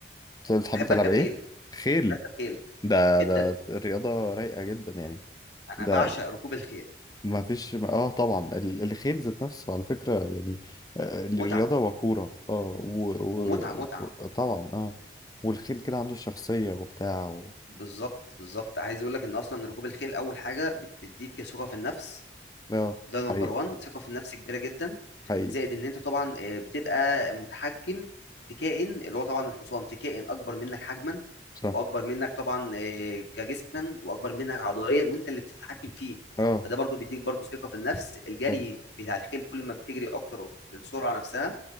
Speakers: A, on the left (about 20°); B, on the left (about 75°).
A: بس بتحب
B: بحب
A: تلعب
B: اركب
A: ايه؟
B: خيل
A: خيل
B: بركب خيل
A: ده
B: جدا
A: ده رياضة رايقة جدا يعني
B: انا
A: ده
B: بعشق ركوب الخيل
A: ما فيش اه طبعا ال- الخيل ذات نفسه على فكرة يعني آه، الرياضة
B: متعه
A: وكورة اه وطبعا
B: ومتعه متعه
A: و... و... و- طبعا اه والخيل كده عنده شخصية وبتاع و...
B: وبالظبط بالظبط عايز اقول لك ان اصلا ركوب الخيل اول حاجه بتديك ثقه في النفس
A: اه
B: ده نمبر
A: حقيقي
B: 1 ثقة في النفس كبيرة جدا
A: حقيقي
B: زائد ان انت طبعا آه، بتبقى متحكم في كائن اللي هو طبعا الحصان في كائن اكبر منك حجما
A: صح
B: واكبر منك طبعا آه، كجسما واكبر منك عضليا وانت اللي بتتحكم فيه
A: اه
B: فده برضو بيديك برضو ثقة في النفس الجري
A: طبعا
B: بتاع الخيل كل ما بتجري اكتر السرعة نفسها